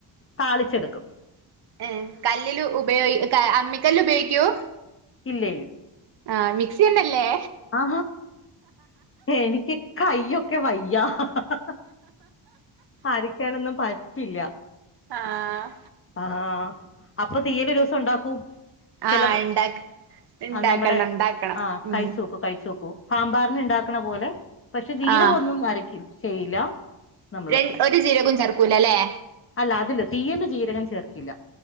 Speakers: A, on the left (about 30°); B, on the right (about 60°).
A: താളിച്ചെടുക്കും.
B: ഏ കല്ലില് ഉപയോഗ അമ്മിക്കല്ല് ഉപയോഗിക്കുവോ?
A: ഇല്ല
B: ആ മിക്സി തന്നെയല്ലേ?
A: ആ എനിക്ക് കയ്യൊക്കെ വയ്യ. ഹഹഹ അരക്കാനൊന്നും പറ്റില്ല
B: ആഹ
A: ആഹ അപ്പൊ തീയൽ ഒരു ദിവസം ഉണ്ടാക്കൂ. ചിലത്
B: ആഹ് ഇണ്ടാക്ക ഇണ്ടാക്കണം
A: നമ്മുടെ
B: ഇണ്ടാക്കണം
A: ആ
B: ഉം
A: കഴിച്ചു നോക്കൂ കഴിച്ചു നോക്കു. സാമ്പാറിന് ഉണ്ടാക്കണ പോലെ പക്ഷെ ജീരകം
B: ആഹ്
A: ഒന്നും അരക്കില്ല. ചെയ്യില്ല നമ്മള്
B: ര ഒരു ജീരകവും ചേർക്കൂലല്ലേ
A: അല്ല അതല്ല തീയലിൽ ജീരകം ചേർക്കില്ല.